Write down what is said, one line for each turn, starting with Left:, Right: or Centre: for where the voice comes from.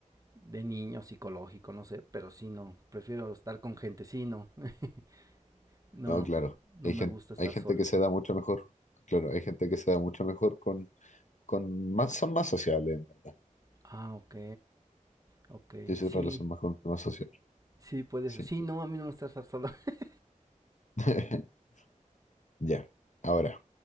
Right: de niño psicológico, no sé, pero sí, no. Prefiero estar con gente, sí, no. <laughs> No,
Left: No, claro.
Right: no
Left: Hay
Right: me
Left: gente,
Right: gusta estar
Left: hay gente
Right: solo.
Left: que se da mucho mejor. Claro, hay gente que se da mucho mejor con, con más, son más sociales, en verdad.
Right: Ah, ok, ok.
Left: Dice
Right: Sí,
Left: relación más con temas sociales.
Right: sí, puede
Left: Sí.
Right: ser. Sí, no, a mí no me gusta estar solo. <laughs>
Left: <laughs> Ya, ahora,